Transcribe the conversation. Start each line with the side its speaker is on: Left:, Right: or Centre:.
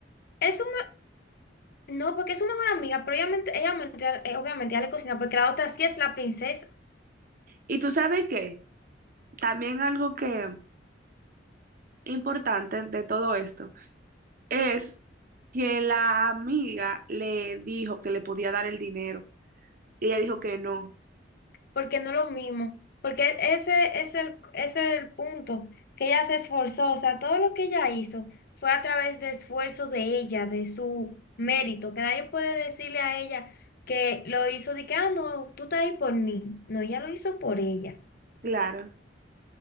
Left: Es su me- no, porque es su mejor amiga, pero ella, ment- ella ment- eh, obviamente ya le cocina, porque la otra sí es la princesa,
Right: Y tú sabes qué, también algo que importante de todo esto es que la amiga le dijo que le podía dar el dinero. Y ella dijo que no.
Left: porque no es lo mismo, porque ese es el, es el punto, que ella se esforzó, o sea, todo lo que ella hizo fue a través de esfuerzo de ella, de su mérito, que nadie puede decirle a ella que lo hizo de que, ah, no, tú estás ahí por mí, no, ella lo hizo por ella.
Right: Claro.